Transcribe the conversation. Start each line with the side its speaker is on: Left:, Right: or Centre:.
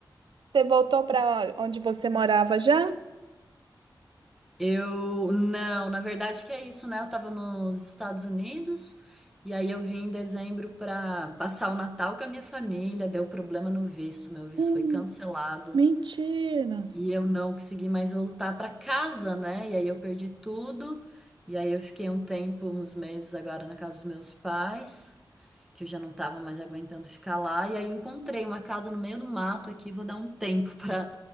Right: Você voltou para onde você morava já?
Centre: Eu não, na verdade que é isso, né? Eu tava nos Estados Unidos e aí eu vim em dezembro pra passar o Natal com a minha família, deu problema no visto, meu visto
Right: Hum,
Centre: foi cancelado
Right: Mentira.
Centre: e eu não consegui mais voltar pra casa, né? E aí eu perdi tudo. E aí eu fiquei um tempo, uns meses agora na casa dos meus pais que eu já não tava mais aguentando ficar lá. E aí encontrei uma casa no meio do mato aqui, vou dar um tempo <laughs> pra